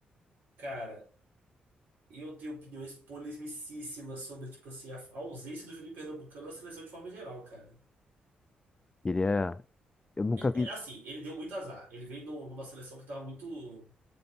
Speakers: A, on the right; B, on the left.
A: cara, eu tenho opiniões polemicíssimas sobre, tipo assim, a a ausência do Juninho Pernambucano na seleção de forma geral, cara.
B: queria. Eu nunca
A: É,
B: vi.
A: é assim, ele deu muito azar. Ele veio no- numa seleção que tava muito,